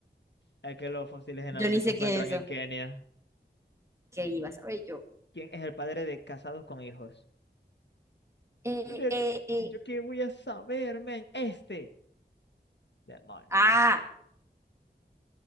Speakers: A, on the left; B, on the right.
A: Es que los fósiles generalmente
B: yo ni
A: se
B: sé
A: encuentran
B: qué es
A: en
B: eso.
A: Kenia.
B: ¿Qué iba a saber yo?
A: ¿Quién es el padre de casados con hijos?
B: Eh,
A: Brother,
B: eh, eh.
A: ¿Yo qué voy a saber, men? Este. Demonios.
B: Ah,